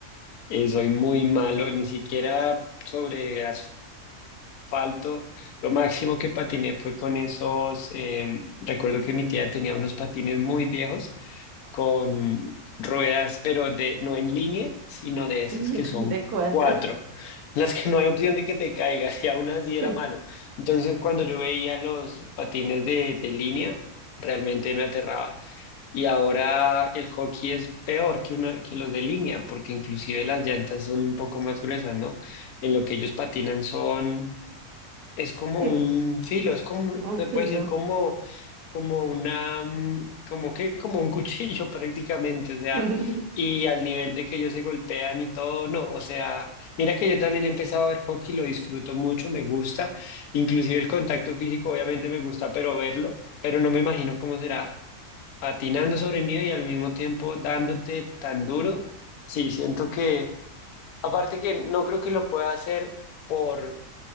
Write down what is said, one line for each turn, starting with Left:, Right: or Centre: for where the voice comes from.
Left: Eh, soy muy malo, ni siquiera sobre asfalto. Lo máximo que patiné fue con esos, em, recuerdo que mi tía tenía unos patines muy viejos con ruedas, pero de, no en línea, sino de esas
Right: de
Left: que son
Right: cuatro,
Left: cuatro, en las que no hay opción de que te caigas, y aún así era
Right: <laughs>
Left: malo. Entonces, cuando yo veía los patines de, de línea, realmente me aterraba. Y ahora el hockey es peor que, una, que los de línea, porque inclusive las llantas son un poco más gruesas, ¿no? En lo que ellos patinan son, es como
Right: sí,
Left: un filo, es como,
Right: un
Left: se
Right: filo.
Left: puede decir como como una, mm, como que, como un cuchillo <laughs> prácticamente, o sea,
Right: <laughs>
Left: y al nivel de que ellos se golpean y todo, no, o sea, mira que yo también he empezado a ver hockey, lo disfruto mucho, me gusta, inclusive el contacto físico obviamente me gusta, pero verlo, pero no me imagino cómo será patinando sobre el nido y al mismo tiempo dándote tan duro, sí, siento que, aparte que no creo que lo pueda hacer por...